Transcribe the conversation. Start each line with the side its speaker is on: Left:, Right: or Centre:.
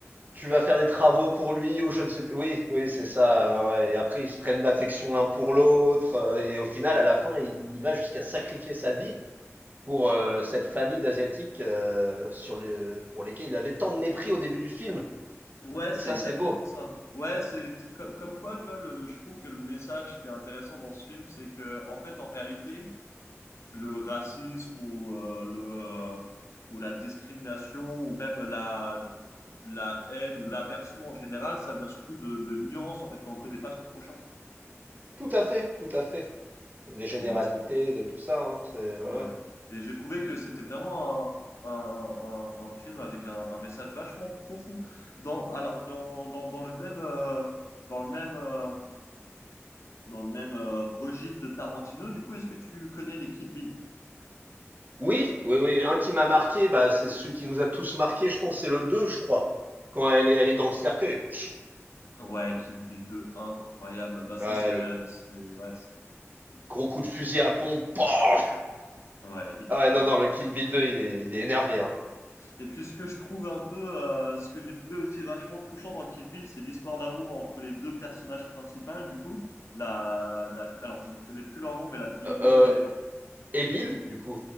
Right: tu vas faire des travaux pour lui ou je ne sais plus. Oui, oui, c'est ça. ouais. ouais. Et après, ils se prennent d'affection l'un pour l'autre. euh, et au final, à la fin, il, il va jusqu'à sacrifier sa vie pour euh, cette famille d'Asiatiques euh, sur les, pour lesquels il avait tant de mépris au début du film.
Left: Ouais,
Right: Et
Left: c'est
Right: ça,
Left: exactement
Right: c'est beau.
Left: ça. Ouais, c'est c'est co- comme quoi, tu vois, le, je trouve que le message qui est intéressant dans ce film, c'est que, en fait, en réalité, le racisme ou, euh, le, euh, ou la discrimination ou même la, la haine ou l'aversion en général, ça vient surtout de, de l'ignorance, en fait, quand on connaît pas son prochain.
Right: Tout à fait, tout à fait. Des généralités,
Left: Et donc,
Right: de tout ça. hein, c'est,
Left: ouais.
Right: ouais, ouais.
Left: Et j'ai trouvé que c'était vraiment un, un, un, un film avec un, un message vachement profond. Dans, alors, dans, dans, dans le même, euh, dans le même, euh, dans le même euh, registre de Tarantino. Du coup, est-ce que tu connais les Kill Bill?
Right: Oui, oui, oui. Un qui m'a marqué, bah, c'est celui qui nous a tous marqué, je pense, c'est le 2, je crois. Quand elle est, elle est dans le cercueil. Pff,
Left: Ouais, Kill Bill 2, incroyable. Bah ça,
Right: ouais,
Left: c'est, euh,
Right: le
Left: c'est, ouais, c'est il est
Right: gros
Left: fou,
Right: coup de fusil
Left: ce-
Right: à pompe. Pam
Left: Ouais, il
Right: Ah
Left: est,
Right: ouais, non, non,
Left: il
Right: le
Left: est-
Right: Kill Bill 2, il est, il est énervé. Hein.
Left: Et puis ce que je trouve un peu, euh, ce que j'ai trouvé aussi vachement touchant dans Kill Bill, c'est l'histoire d'amour entre les deux personnages principaux. Du coup, la, la- alors je connais plus leur nom, mais la fille
Right: Euh,
Left: blonde
Right: euh,
Left: et,
Right: et Bill, du coup.